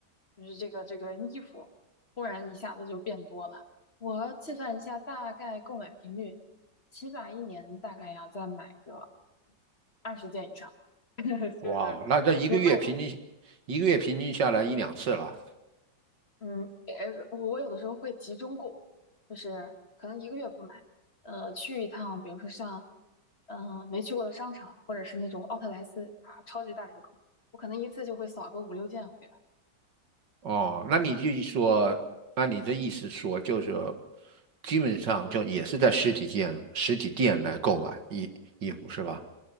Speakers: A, on the left; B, on the right.
A: 就是这个这个衣服突然一下子就变多了，我计算一下大概购买频率，起码一年大概要再买个二十件以上，<laughs> 就是就外
B: 哇，那这一个月平均一个月平均下来一两次了。
A: 嗯，呃，我有的时候会集中购，就是可能一个月不买，呃，去一趟，比如说像，呃，没去过的商场，或者是那种奥特莱斯啊，超级大折扣，我可能一次就会扫个五六件回来。
B: 哦，那你就说，按你这意思说，就是基本上就也是在实体店、实体店来购买衣衣服是吧？